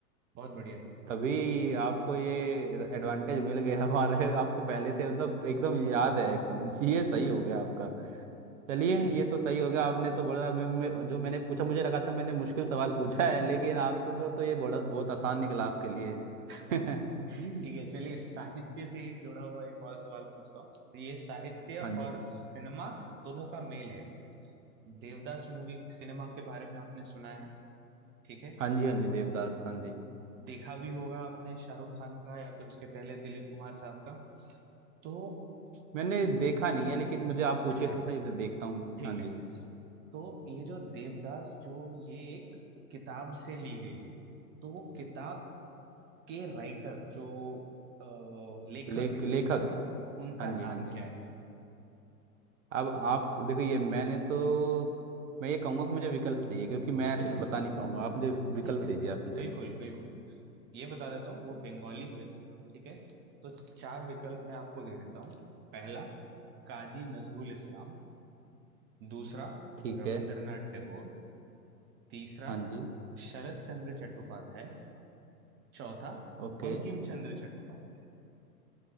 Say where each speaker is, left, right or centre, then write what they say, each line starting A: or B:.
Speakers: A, on the right (about 25°); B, on the right (about 55°).
A: बहुत बढ़िया
B: तभी आपको ये एडवांटेज मिल गया हमारे <laughs> आपको पहले से मतलब एकदम याद है एकदम <laughs> ये सही हो गया आपका चलिए
A: ठीक
B: ये
A: है
B: तो सही हो गया आपने तो बड़ा मैं, मैं, जो मैंने पूछा मुझे लगा था मैंने मुश्किल सवाल पूछा है लेकिन आपको तो ये बड़ा बहुत आसान निकला आपके लिए
A: ठीक
B: <laughs>
A: है चलिए साहित्य से ही जुड़ा हुआ एक और सवाल पूछता हूँ तो ये साहित्य
B: हाँ जी
A: और सिनेमा दोनों का मेल है देवदास मूवी सिनेमा के बारे में आपने सुना है ठीक है
B: हाँ जी हाँ जी देवदास हाँ जी
A: देखा भी होगा आपने शाहरुख खान का या फिर उसके पहले दिलीप कुमार साहब का तो
B: मैंने देखा नहीं है लेकिन मुझे आप पूछिए
A: अच्छा
B: तो सही मैं देखता हूँ
A: ठीक
B: हाँ
A: है
B: जी
A: तो ये जो देवदास जो ये एक किताब से ली गई है तो वो किताब के राइटर जो अ, लेखक
B: लेख
A: है
B: लेखक
A: उनका
B: हाँ जी
A: नाम
B: हाँ जी
A: क्या है
B: अब आप देखो ये मैंने तो मैं ये कहूँगा कि मुझे विकल्प चाहिए क्योंकि मैं ऐसे
A: बिल्कुल
B: बता नहीं पाऊंगा आप मुझे विकल्प
A: ठीक है
B: दीजिए आप मुझे
A: बिल्कुल बिल्कुल ये बता देता हूँ वो बंगाली थे ठीक है तो चार विकल्प मैं आपको दे देता हूँ पहला काजी नजरुल इस्लाम दूसरा
B: ठीक
A: रविंद्रनाथ
B: है
A: टैगोर तीसरा
B: हाँ जी
A: शरत चंद्र चट्टोपाध्याय चौथा
B: ओके
A: बंकिम चंद्र चट्टोपाध्याय